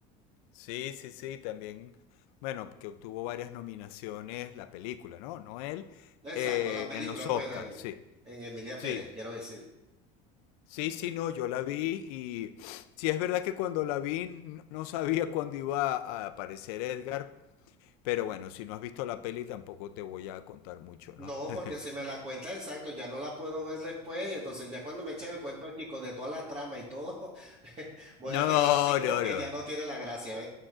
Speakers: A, on the left; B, on the right.
A: Sí, sí, sí, también, bueno, que obtuvo varias nominaciones la película, ¿no? No él,
B: Exacto,
A: eh,
B: la película,
A: en los Oscars,
B: pues, eh,
A: sí,
B: en Emilia
A: sí,
B: Pérez, quiero decir.
A: sí, sí, no, yo la vi y sí es verdad que cuando la vi n- no sabía cuándo iba a aparecer Edgar, pero bueno, si no has visto la peli tampoco te voy a contar mucho,
B: No,
A: ¿no? <laughs>
B: porque si me la cuenta exacto, ya no la puedo ver después, y entonces ya cuando me echan el cuento aquí con de toda la trama y todo, <laughs> voy
A: No,
B: a quedar así como
A: no,
B: que
A: no,
B: ya no tiene la gracia.